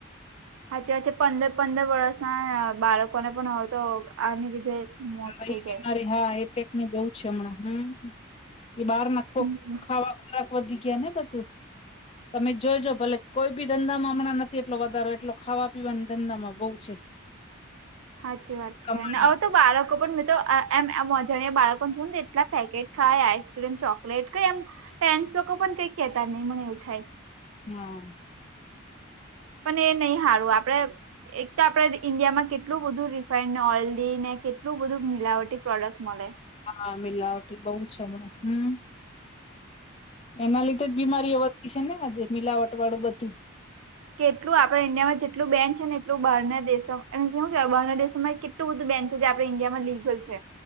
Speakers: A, on the right; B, on the left.
A: હાચી વાતે પંદર પંદર વર્ષના બાળકોને પણ હવે તો આની લીધે મોત
B: હા
A: થઈ
B: એ બીમારી
A: જાય
B: હા એટેકની બહુ છે હમણાં હમ. એ બહારના ખો
A: હમ
B: ખાવા ખોરાક વધી ગયાને બધું. તમે જો જો ભલે કોઈ બી ધંધામાં હમણાં નથી એટલો વધારો એટલો ખાવા પીવાના ધંધામાં બહુ છે.
A: હાચી વાત છે
B: કમાણી
A: ને હવ તો બાળકો પણ મેં તો એમ એમ અજાણ્યા બાળકોને જોન તો એટલા પેકેટ ખાય, આઈસક્રીમ ચોકલેટ કઈ એમ પેન્ટસ લોકો પણ કઈ કેતા નહીં મને એવું થાય.
B: હા
A: પન એ નહી હારુ આપડે એક તો આપડે ઈન્ડિયામાં કેટલું બધું રિફાઈન્ડ ઓઇલીને કેટલું બધું મિલાવટી પ્રોડક્ટ મલે.
B: હા મિલાવટી બહુ છે હમણાં હમ. એના લીધે જ બીમારીઓ વધી છે ને આજે મિલાવટ વાળું બધું.
A: કેટલું આપડા ઈન્ડિયામાં જેટલું બેન છે ને એટલું બહારના દેશો એ મીન્સ હું કેવાય બહારના દેશોમાં એ કેટ કેટલું બધું બેન છે જે આપણા ઇન્ડિયામાં લીગલ છે.